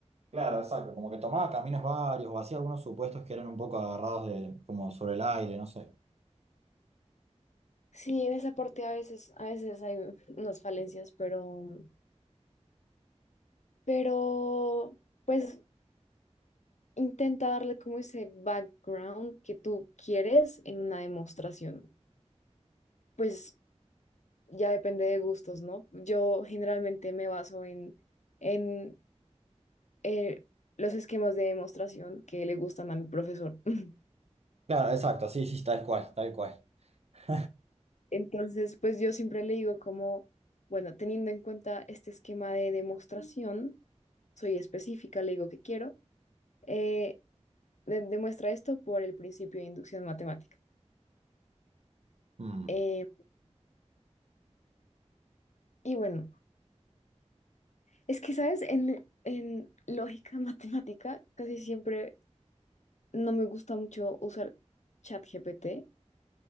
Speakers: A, on the right (about 65°); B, on the left (about 80°).
A: Claro, exacto, como que tomaba caminos varios o hacía algunos supuestos que eran un poco agarrados de, como sobre el aire, no sé.
B: Sí, en esa parte a veces, a veces hay unas falencias, pero, pero, pues intenta darle como ese background que tú quieres en una demostración. Pues ya depende de gustos, ¿no? Yo generalmente me baso en, en eh, los esquemas de demostración que le gustan a mi profesor. <laughs>
A: Claro, exacto, sí, sí, tal cual, tal cual. <laughs>
B: Entonces, pues yo siempre le digo como, bueno, teniendo en cuenta este esquema de demostración, soy específica, le digo que quiero, eh, de- demuestra esto por el principio de inducción matemática.
A: Mm,
B: Eh, y bueno. Es que, ¿sabes? En, en lógica <laughs> matemática casi siempre no me gusta mucho usar ChatGPT